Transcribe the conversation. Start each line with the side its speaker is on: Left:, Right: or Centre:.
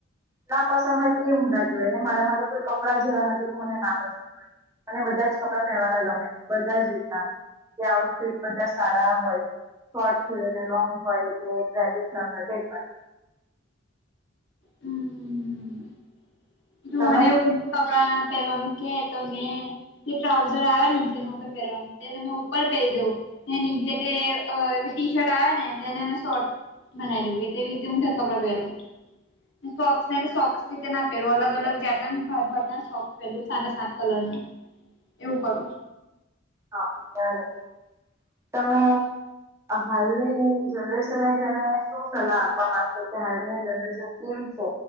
Right: ના પસંદ હોય તો એ ઊંધા હોય મારા માટે કોઈ કપડાં જેવા નથી તો મને ના પસંદ હોય અને બધા જ કપડાં પહેરવાના ગમે બધાજ રીતના કે આઉટફિટ બધા સારા હોય શોર્ટ છેને લોંગ હોય કે ટ્રેડિશનલ હોય કય પન
Left: હમ જો
Right: તમે
Left: મને એવુ ઊંધા કપડાં પહેરવાનુ કે તો મે જે ટૃવઝાર આયા નીચે પહેરવાના તૈને મેં ઊપર પેરી દવ નીચે તે ટી શર્ટ આવ ને તેને મે શોટ બનાવી દઉં એટલે એ રીતે ઊંઠા કપડા પહેરું સોક્સ સોક્સતે ના પહેરું અલગ અલગ જાત ના ને ભાત ભાત ના શોક પેરુ સાતે સાત કલરના એવું કરૂ
Right: હા <unintelligible> તમે હાલની જનરેશનને જેને શું સલાહ આપવા માંગશો કે હાલના જનરેશન કેવી છે